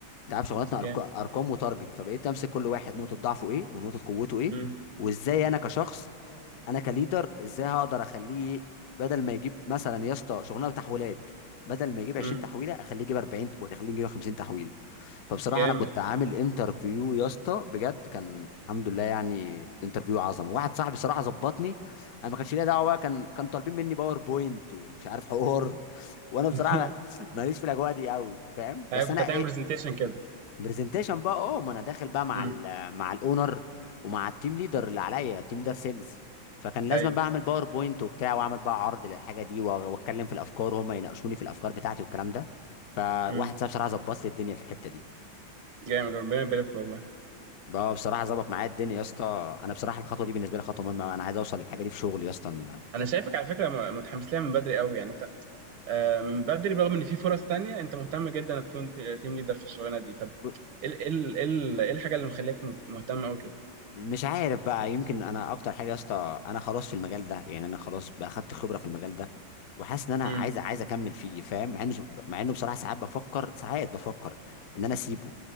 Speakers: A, on the left; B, on the right.
A: انت عارف شغلتنا
B: جامد
A: أرق- ارقام وتارجت فبقيت امسك كل واحد نقطه ضعفه ايه ونقطه قوته ايه
B: امم
A: وازاي انا كشخص انا كليدر ازاي هقدر اخليه بدل ما يجيب مثلا يا اسطى شغلانه تحويلات بدل ما يجيب 20
B: امم
A: تحويله اخليه يجيب 40 واخليه يجيب 50 تحويله فبصراحه
B: جامد
A: انا كنت عامل انترفيو يا اسطى بجد كان الحمد لله يعني انترفيو عظمه واحد صاحبي صراحه ظبطني انا ما كانش ليا دعوه بقى كان كان طالبين مني باوربوينت ومش عارف حوار <laughs> وانا بصراحه
B: <laughs>
A: ما- ماليش في الاجواء دي قوي فاهم
B: ايوه
A: بس
B: كنت
A: انا
B: هتعمل
A: ايه
B: برزنتيشن كده
A: برزنتيشن بقى اه ما انا داخل بقى مع
B: امم
A: ال مع الاونر ومع التيم ليدر اللي عليا تيم ليدر سيلز فكان لازم
B: ايوه
A: بقى اعمل باوربوينت وبتاع واعمل بقى عرض للحاجه دي وأ- واتكلم في الافكار وهم يناقشوني في الافكار بتاعتي والكلام ده فواحد
B: امم
A: صاحبي بصراحه ظبط لي الدنيا في الحته دي
B: جامد ربنا يبارك والله
A: بقى بصراحه ظبط معايا الدنيا يا اسطى انا بصراحه الخطوه دي بالنسبه لي خطوه مهمه أوي. انا عايز اوصل للحاجه دي في شغلي يا اسطى أنا-
B: انا شايفك على فكره م- متحمس لها من بدري قوي يعني انت آه، من بدري برغم ان في فرص تانية انت مهتم جدا انك تكون ت- تيم ليدر في الشغلانه دي طب
A: ب-
B: ايه ال- إيه ال- إيه ال- إيه الحاجه اللي مخليك م- مهتم قوي كده
A: مش عارف بقى يمكن انا اكتر حاجه يا اسطى انا خلاص في المجال ده يعني انا خلاص بقى اخدت خبره في المجال ده وحاسس ان انا
B: امم
A: عايز عايز اكمل فيه فاهم مع انه مع انه بصراحه ساعات بفكر ساعات بفكر ان انا اسيبه